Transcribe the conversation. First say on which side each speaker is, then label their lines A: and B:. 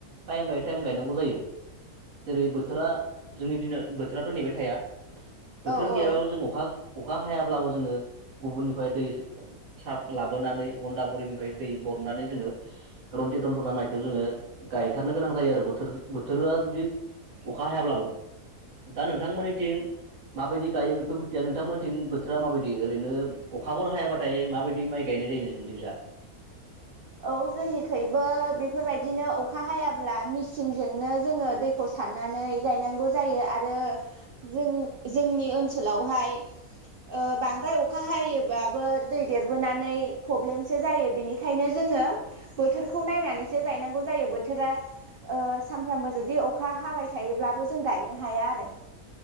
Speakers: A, on the right; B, on the right.
A: टाइम बाय टाइम गायनांगौ जायो जेरै बोथोरा जोंनि दिनाव बोथोराथ नेबाय थाया बोथोर
B: औ औ
A: गैयाबाबो जों अखा अखा हायाब्लाबो जोङो गुबुननिफ्राय दै सार लाबोनानै हन्दा बरिनिफ्राय दै बरनानै जोङो रनजित दनजना माइखौ जोङो गायथारनो गोनां जायो आरो बोथोर बोथोरा जुदि अखा हायाब्लाबो दा नोंथांमोननिथिं माबायदि गायो बेखौ मिथि या नोंथांमोनथिं बोथोरा माबायदि ओरैनो अखाफोर हायाबाथाय माबायदि माइ गायनाय जायो नोंसोरथिं जा?
B: औ जोंनिखैबो बेफोरबायदिनो अखा हायाब्ला मिसिनजोंनो जोङो दैखौ सारनानै गायनांगौ जायो आरो जोंनि जोंनि ओन्सोलावहाय ओ बांद्राय अखा हायोबाबो दै देरबोनानै प्रब्लेमसो जायो। बेनिखायनो जोङो बोथोरखौ नायनानैसो गायनांगौ जायो बोथोरा ओ सानफ्रामबो जुदि अखा हाबाय थायोब्लाबो जों गायनो हाया आरो